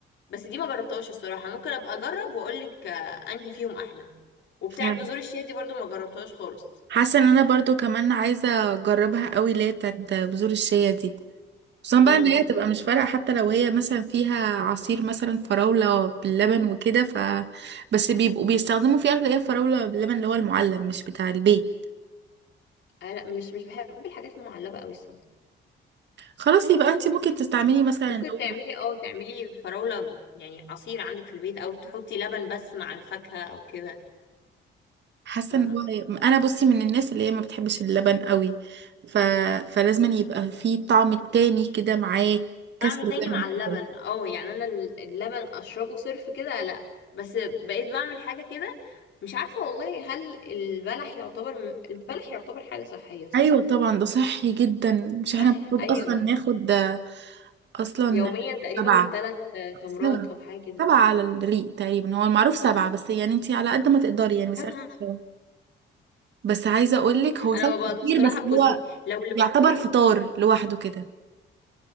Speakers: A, on the left; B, on the right.
A: بس دي ما جربتهاش الصراحة ممكن ابقى اجرب واقولك آه، انهي فيهم احلى وبتاع
B: فاهمة.
A: بذور الشيا دي برضو ما جربتهاش خالص
B: حاسة ان انا برضو كمان عايزة اجربها قوي اللي هي بتاعت بذور الشيا دي خصوصا بقى
A: امم
B: ان هي تبقى مش فارقة حتى لو هي مثلا فيها عصير مثلا فراولة باللبن وكده ف بس بيبقوا بيستخدموا فيها اللي هي فراولة باللبن اللي هو المعلب مش بتاع البيت
A: آه لا مش مش بحب الحاجات المعلبة قوي الصراحة
B: خلاص يبقى انت ممكن تستعملي مثلا
A: ممكن
B: لو
A: تعملي اه تعملي فراولة يعني عصير عندك في البيت او تحطي لبن بس مع الفاكهة او كده
B: حاسة
A: فاهمة
B: ان هو انا بصي من الناس اللي هي ما بتحبش اللبن قوي ف... فلازم يبقى فيه طعم تاني كده معاه كسر
A: طعم تاني
B: اللبن
A: مع اللبن اه يعني انا اللبن اشربه صرف كده لا بس بقيت بعمل حاجة كده مش عارفة والله هل البلح يعتبر البلح يعتبر حاجة صحية صح
B: ايوه طبعا ده صحي جدا مش احنا
A: صح
B: المفروض
A: ايوه
B: اصلا ناخد ده اصلا
A: يوميا تقريبا
B: سبعة
A: ثلاث تمرات
B: سبعة
A: او حاجة كده
B: سبعة على الريق تقريبا هو المعروف سبعة بس يعني انتي على قد ما تقدري يعني بس
A: طبعا
B: آخر سبعة. بس عايزة اقولك هو
A: انا
B: سبعة
A: ما بقدرش
B: كتير
A: الصراحة
B: بس
A: بصي
B: هو
A: لو
B: يعتبر
A: لوحده
B: فطار لوحده كده